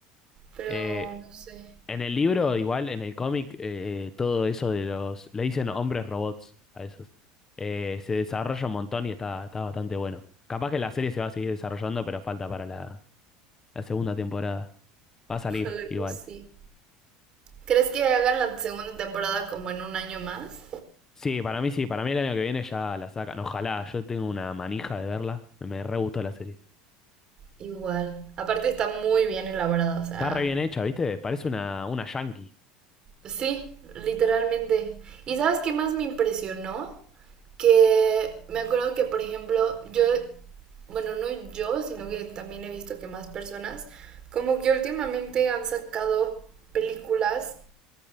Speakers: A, on the right; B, on the left.
A: Pero
B: Eh,
A: no sé.
B: En el libro, igual, en el cómic, eh, todo eso de los... Le dicen hombres robots a esos. Eh, se desarrolla un montón y está, está bastante bueno. Capaz que la serie se va a seguir desarrollando, pero falta para la, la segunda temporada. Va a salir
A: Ojalá
B: igual.
A: que sí. ¿Crees que hagan la segunda temporada como en un año más?
B: Sí, para mí sí, para mí el año que viene ya la sacan. Ojalá, yo tengo una manija de verla. Me re gustó la serie.
A: Igual. Aparte está muy bien elaborada, o sea,
B: Está re bien hecha, ¿viste? Parece una, una yankee.
A: Sí, literalmente. ¿Y sabes qué más me impresionó? Que me acuerdo que, por ejemplo, yo, bueno, no yo, sino que también he visto que más personas, como que últimamente han sacado películas